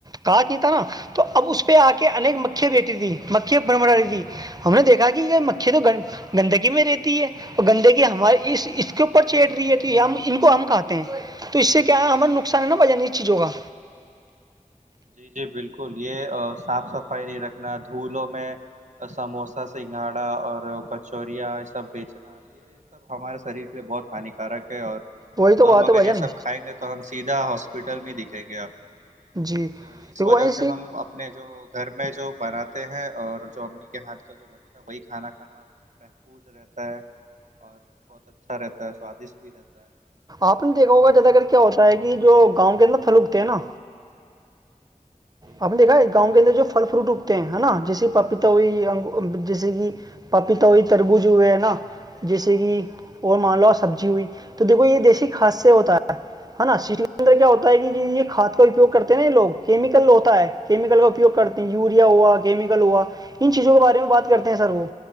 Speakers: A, on the right (about 30°); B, on the right (about 60°).
A: کاچ نہیں تھا نا تو اب اس پہ آ کے انیک مکھھی بیٹھی تھی مکھیا بنبڑا رہی تھی ہم نے دیکھا کہ یہ مھی
B: جی
A: تو گ گندگی میں رہتی ہے اور گندگی ہمارے اس اس کے اوپر چیٹ رہی ہے تو یہ ہم ان کو ہم کہاتتے ہیں تو اس سے کیا ہے ہمارا نقصان ہے نا بجان چیزوں کا
B: جی جی بالکل یہ صاف صفائی نہیں رکھنا دھولوں میں سموسا سنگھاڑا اور کچوریا یہ سب بیچنا یہ یہ سب ہمارے شریر کے لیے بہت ہانیکارک ہے اور
A: وہی تو
B: ہم
A: بات
B: اگر
A: ہے بھجن
B: یہ سب کھائیں گے تو تو ہم سیدھا ہاسپیٹل میں دکھیں گے آپ کو
A: جی
B: تو اس
A: دیکھو
B: وجہ
A: بھائی
B: سے ہم اپنے جو گھر میں جو بناتے ہیں اور جو امی کے ہاتھ کا جو بنتا ہے وہی کھانا کھانا محفوظ رہتا ہے اور بہت اچھا رہتا ہے سوادشٹ بھی رہتا ہے
A: آپ نے دیکھا ہوگا جیادہگر کیا ہوتا ہے کہ جو گاؤں کے اندر پھلوکتے ہیں نا
B: جی
A: آپ دیکھا ہے گاؤں کے اندر جو فل فروٹ اگتے ہیں ہے نا جیس پاپیتا ہوئی
B: جی جی
A: جیسے کہ پپیتا ہوئی تربوز ہوئے ہے نا جیسے کہ اور
B: ہاں ہوں،
A: مان لو سبزی ہوئی تو دیکھو یہ دیسیی کھاد سے ہوتا ہے ہے نا سیلینڈر کیا ہوتا ہے کہ یہ کاد کا اپیگ کرتے ہیں نا یہ لوگ کیمل ہوتا ہے کیمیکل کا اپیوگ کرتی ہیں یہ یوریا ہوا کیمیکل ہوا ان چیزوں کے بارے میں بات کرتے ہیں
B: ہوں،
A: سر وہ